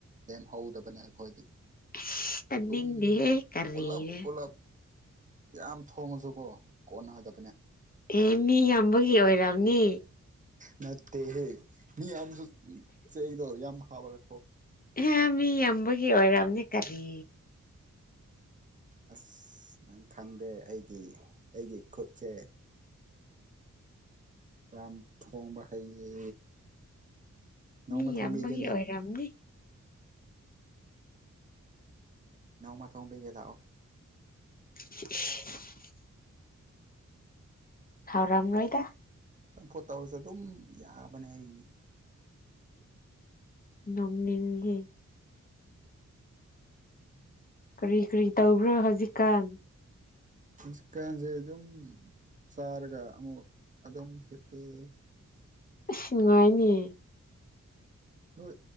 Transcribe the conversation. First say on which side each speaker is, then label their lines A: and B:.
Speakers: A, on the right; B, on the left.
A: ꯂꯦꯝꯍꯧꯗꯕꯅꯦ ꯑꯩꯈꯣꯏꯗꯤ
B: ꯑꯁ ꯇꯥꯅꯤꯡꯗꯦꯍꯦ
A: ꯎꯝ
B: ꯀꯔꯤꯔ
A: ꯄꯣꯂꯞ ꯄꯣꯂꯞ ꯌꯥꯝ ꯊꯣꯡꯉꯁꯨ ꯀꯣ ꯀꯣꯟꯅ ꯍꯥꯏꯗ
B: ꯑꯦ ꯃꯤ ꯌꯥꯝꯕꯒꯤ ꯑꯣꯏꯔꯕꯅꯤ
A: ꯅꯠꯇꯦꯍꯦ ꯃꯤ ꯑꯨ ꯆꯦꯡꯗꯣ ꯌꯥꯝ ꯍꯥꯞꯕꯒ
B: ꯍꯦ ꯃꯤ ꯝꯕꯒꯤ ꯑꯣꯏꯝꯅꯤ ꯀꯔꯤ
A: ꯑꯁ ꯅꯪ ꯈꯪꯗꯦ ꯑꯩꯒꯤ ꯑꯩꯒꯤ ꯈꯨꯠꯁꯦ ꯌꯥꯝ ꯊꯣꯡꯕ ꯍꯩꯌꯦ ꯅꯣꯡꯃ
B: ꯃꯤ ꯌꯥꯝꯕꯒꯤ
A: ꯊꯣꯡꯕꯤꯒꯦꯅꯦ
B: ꯑꯣꯏꯔꯝꯅꯤ
A: ꯅꯣꯡꯃ ꯊꯣꯡꯕꯤꯒꯦ ꯂꯥꯛꯑꯣ
B: <inaudible> ꯍꯥꯎꯔꯝ ꯅꯣꯏꯗ
A: ꯆꯝꯐꯣꯠ ꯇꯧꯔꯁꯨ ꯑꯗꯨꯝ ꯌꯥꯕꯅꯦ ꯑꯩꯒꯤꯅꯤ
B: ꯅꯝꯅꯤꯦ ꯀꯔꯤ ꯀꯔꯤ ꯇꯕꯨ ꯎ꯭ꯔ ꯍꯖꯤꯀꯥꯟ
A: ꯍꯧꯖꯤꯛꯀꯥꯟꯁꯦ ꯑꯗꯨꯝ ꯆꯥꯔꯒ ꯑꯃꯨꯛ ꯑꯗꯨꯝ ꯍꯤꯄꯤꯤ
B: ꯑꯁ ꯅꯨꯡꯉꯥꯏꯅꯤ
A: ꯍꯣꯏ